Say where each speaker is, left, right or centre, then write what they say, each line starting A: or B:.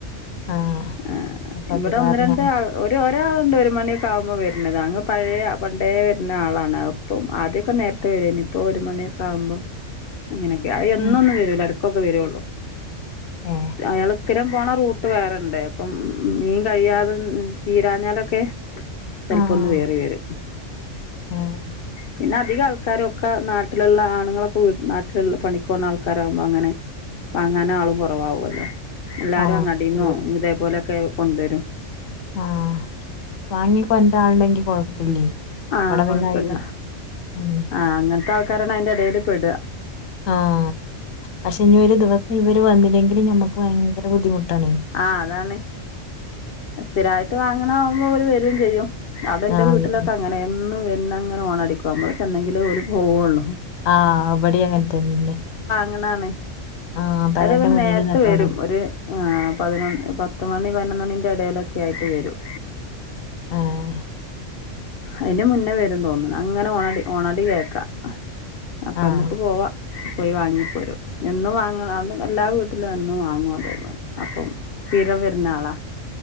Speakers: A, on the left; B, on the left.
A: ആ
B: ആഹ്
A: അപ്പൊ
B: ഇവിടെ
A: അത് കാരണം
B: ഒന്ന് രണ്ട് ആവു ഒരു ഒരാളുണ്ട് ഒരു മണിയൊക്കെ ആകുമ്പോൾ വരുന്നത് അങ്ങ് പഴേ പണ്ടേ വരുന്ന ആളാണ് ഇപ്പം ആദ്യമൊക്കെ നേരത്തെ വരുവാരുന്ന് ഇപ്പോൾ ഒരു മണിയൊക്കെയാവുമ്പോ
A: <inaudible>
B: അങ്ങനൊക്കെ ആയി എന്നന്നും
A: ഉം.
B: വരുല്ല എടക്കൊക്കെ വരുള്ളൂ
A: ആഹ്
B: അയാള് സ്ഥിരം പോണ റൂട്ട് വേറെണ്ട് അപ്പം മീൻ കഴിയാതെ തീരാഞ്ഞാലൊക്കെ ചെലപ്പോ
A: ആഹ്
B: ഒന്ന് കേറി വരും
A: ആഹ്
B: പിന്നെ അധികാൾക്കാരു ഒക്കെ നാട്ടിലുള്ള ആണുങ്ങളൊക്കെ വീ നാട്ടിലുള്ള പണികുപോണ ആൾക്കാരാകുമ്പോ അങ്ങനെ വാങ്ങാനുആളു കൊറവാവല്ലോ എല്ലാരും
A: ആ
B: അങ്ങാടിന്നോ
A: ശരി
B: ഇതേ പോലൊക്കെ കൊണ്ടരും
A: ആഹ് വാങ്ങിക്കൊണ്ടരാൻ ആള്ണ്ടെങ്കിൽ കൊഴപ്പില്ലേ
B: ആഹ്
A: ഇവിടെ പിന്നെ
B: കൊഴപ്പില്ല
A: അയില് ഉം
B: ആഹ് അങ്ങനത്തെ ആൾക്കാരാണ് അതിന്റെ എടെല് പെടാ
A: ആഹ് പക്ഷെ ഇനി ഒരു ദിവസം ഇവര് വന്നില്ലെങ്കില് നമ്മുക്ക് ഭയങ്കര ബുദ്ധിമുട്ടാണേ
B: ആഹ് അതാണ് സ്ഥിരായിട്ട് വാങ്ങണ ആവുമ്പോ അവര് വരേം ചെയ്യും അതെന്റെ
A: ആഹ്
B: വ്ട്ടിലൊക്കെ
A: വരും
B: അങ്ങനെ എന്നും വന്ന്ങ്ങനെ ഹോണടിക്കും നമ്മള് ചെന്നെങ്കിലേ ഓല് പോവുള്ളൂ
A: ആഹ് ഇവടേം അങ്ങനെ തന്നെ
B: <unintelligible>
A: ആഹ് പേരെന്റെ
B: അതേപോലെ
A: മുന്നില്ന്ന്ട്ട്
B: നേരത്തെ വരും
A: ഹോണടി
B: ഒരു ആഹ് പതിനൊന്ന് പത്ത് മണി പതിനൊന്ന് മണിന്റെ എടെലൊക്കായിട്ട് വരും
A: ആഹ്
B: അയ്ന്റെ മുന്നേ വരുന്ന് തോന്ന്ണ് അങ്ങനെ ഹോണടി ഹോണടി കേക്കാം അപ്പമ്മുക്ക്
A: ആഹ്
B: പോവാം പോയി വാങ്ങിപ്പോരും എന്നും വാങ്ങ്ണ എല്ലാ വീട്ടിലും എന്നും വാങ്ങും അതേ പോലെ അപ്പം സ്ഥിരം വര്ണ ആളാ